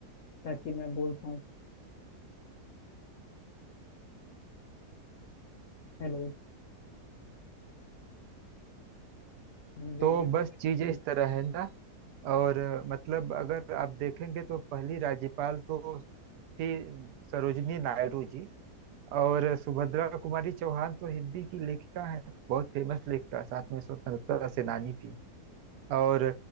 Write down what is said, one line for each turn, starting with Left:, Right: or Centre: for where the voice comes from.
Left: ताकि मैं बोल पाऊँ हेलो जी
Right: तो
Left: जी
Right: बस
Left: बोलिए।
Right: चीजें इस तरह है ना और अ, मतलब अगर आप देखेंगे तो पहली राज्यपाल तो थी सरोजनी नायडू जी और सुभद्रा कुमारी चौहान तो हिंदी की लेखिका है बहुत फेमस लेखिका साथ में स्वतंत्रता सेनानी थी और